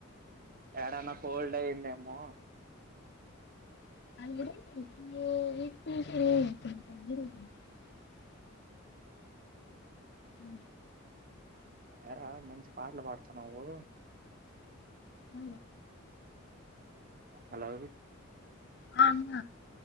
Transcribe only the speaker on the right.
ఎడనా కోల్డ్ అయ్యందేమో
ఎరా మంచి పాటలు పాడుతున్నవు
హలో